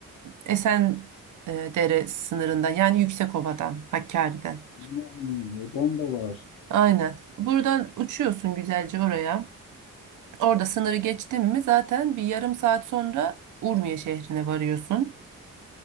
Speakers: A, on the right (about 55°); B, on the left (about 80°).
A: Esen e, Dere sınırından yani Yüksekova'dan, Hakkari'den.
B: Yani, Oradan da var.
A: Aynen. Buradan uçuyorsun güzelce oraya. Orada sınırı geçtin mi zaten bir yarım saat sonra Urmiye şehrine varıyorsun.